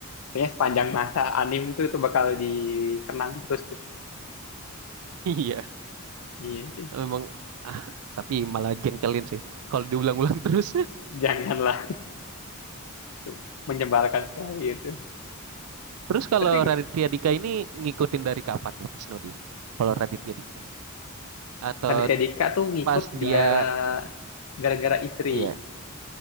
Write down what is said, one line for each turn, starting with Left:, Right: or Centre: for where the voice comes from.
Left: Kayaknya sepanjang masa anim tuh itu bakal dikenang terus tuh.
Right: Iya,
Left: Iya, sih.
Right: memang ah, tapi malah jengkelin sih. Kalau diulang-ulang terus. <laughs>
Left: janganlah Itu menyebalkan sekali itu.
Right: Terus kalau
Left: Tapi
Right: Raditya Dika ini ngikutin dari kapan nih Mas Nudi? Kalau Raditya Dika atau
Left: Raditya Dika tuh ngikut
Right: pas dia
Left: gara gara-gara istri.
Right: ya.